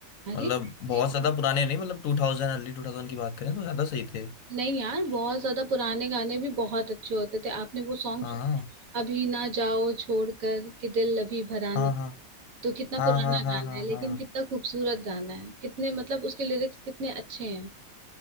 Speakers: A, on the right; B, on the left.
A: अरे
B: मतलब
A: ये
B: बहुत
A: कहाँ-
B: ज्यादा पुराने नहीं मतलब टू थाउजेंड अर्ली टू थाउजेंड की बात करें तो ज्यादा सही थे
A: नहीं यार बहुत ज्यादा पुराने गाने भी बहुत अच्छे होते थे आपने वो सॉन्ग
B: हाँ
A: सुना है? अभी ना जाओ छोड़कर कि दिल अभी भरा नहीं
B: हाँ हाँ
A: तो कितना
B: हाँ
A: पुराना
B: हाँ हाँ
A: गाना
B: हाँ हाँ
A: है लेकिन
B: हाँ
A: कितना खूबसूरत गाना है कितने मतलब उसके लिरिक्स कितने अच्छे हैं